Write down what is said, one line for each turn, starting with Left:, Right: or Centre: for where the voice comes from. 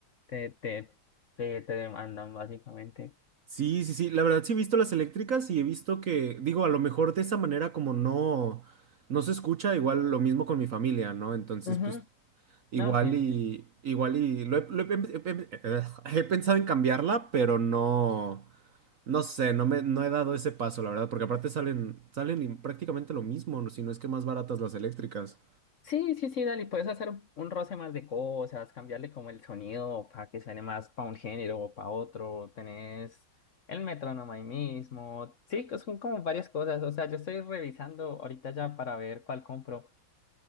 Left: te, te, te, te demandan básicamente.
Right: Sí, sí, sí, la verdad sí he visto las eléctricas y he visto que, digo, a lo mejor de esa manera como no, no se escucha, igual lo mismo con mi familia, ¿no? Entonces,
Left: Ujú.
Right: pues igual
Left: No, sí,
Right: y,
Left: sí,
Right: igual y, lo he, lo he pen- he pen- eh, he pensado en cambiarla, pero no, no sé, no me, no he dado ese paso, la verdad, porque aparte salen, salen y prácticamente lo mismo, ¿no? si no es que más baratas las eléctricas.
Left: sí, sí, sí, dale, puedes hacer un roce más de cosas, cambiarle como el sonido para que suene más para un género o para otro, tenés el metrónomo ahí mismo, sí, que son como varias cosas, o sea, yo estoy revisando ahorita ya para ver cuál compro,